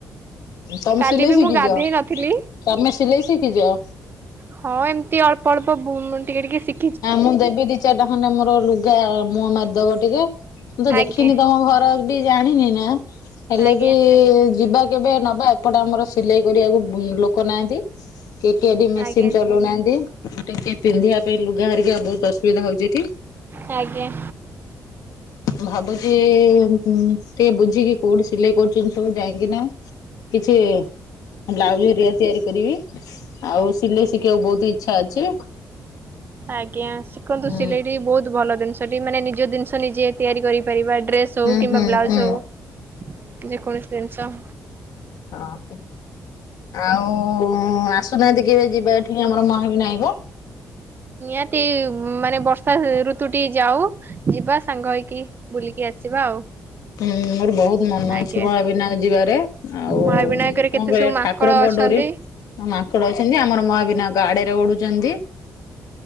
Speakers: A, on the left; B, on the right.
A: ହୁଁ ତମେ
B: କାଲି
A: ସିଲେଇ
B: ବି
A: ଶିଖିଛ-ତମେ
B: ମୁଁ ଗାଧେଇ ନଥିଲି
A: ସିଲେଇ ଶିଖିଛ?
B: ହଁ ଏମତି ଅଳ୍ପ-ଅଳ୍ପ ଟିକେ ଟିକେ ସିଖ
A: ଆଁ ମୁଁ ଦେବି ଦି ଚାରିଟା ଖଣ୍ଡେ ମୋର ଲୁଗା ମୁହଁ ମାରିଦବ ଟିକେ ମୁଁ ତ ଦେଖିନି
B: ଆଜ୍ଞା
A: ତମ ଘର ବି ଜାଣିନି ନା ହେଲେ
B: ଆଜ୍ଞା
A: ବି ଯିବା। କେବେ ନବା ଏପଟେ ଆମର ସିଲେଇ କରିବାକୁ ଲୋକ ନାହାନ୍ତି। କେ-କେ ଏଠି ମେସିନ
B: ଆଜ୍ଞା
A: ଚଲଉନାହାନ୍ତି। ଟିକେ ପିନ୍ଧିବା ପାଇଁ ଲୁଗା ହେରିକା ବହୁତ ଅସୁବିଧା ହଉଛି ଏଠି।
B: ଆଜ୍ଞା।
A: ଭାବୁଛି ଟିକେ ବୁଝିକି କୋଉଠି ସିଲେଇ କରୁଛନ୍ତି ସବୁ ଯାଇଁକି ନା। କିଛି ବ୍ଲାଉଜ ହରିଆ ତିଆରି କରିବି। ଆଉ ସିଲେଇ ଶିଖିବାକୁ ବହୁତ ଇଚ୍ଛା ଅଛି।
B: ଆଜ୍ଞା ଶିଖନ୍ତୁ
A: ହୁଁ
B: ସିଲେଇଟି ବହୁତ୍ ଭଲ ଜିନିଷ। ଟି ମାନେ ନିଜ ଜିନିଷ ନିଜେ ତିଆରି କରିପାରିବା ଡ୍ରେସ୍ ହଉ
A: ହୁଁ
B: କିମ୍ବା
A: ହୁଁ
B: ବ୍ଲାଉଜ
A: ହୁଁ
B: ହଉ ଯେକୌଣସି ଜିନିଷ।
A: ହଁ ଆଉ ଆସୁନାହାନ୍ତି କେବେ ଯିବା ଏଠି ଆମର ମହାବିନାୟକ।
B: ନିହାତି ମାନେ ବର୍ଷା ଋତୁଟି ଯାଉ। ଯିବା ସାଙ୍ଗ ହେଇକି ବୁଲିକି ଆସିବା ଆଉ।
A: ହୁଁ ମୋର ବହୁତ୍ ମନ
B: ଆଜ୍ଞା
A: ଅଛି ମହାବିନାୟକ ଯିବାରେ। ଆଉ
B: ମହାବିନାୟକରେ
A: କଣ
B: କେତେ
A: କରିଆ
B: ସବୁ ମାଙ୍କଡ
A: ଠାକୁରଙ୍କ
B: ଅଛନ୍ତି।
A: ଡୋରି ହଁ ମାଙ୍କଡ ଅଛନ୍ତି ଆମର ମହାବିନାୟକ ଆଡରେ ଉଡୁଛନ୍ତି।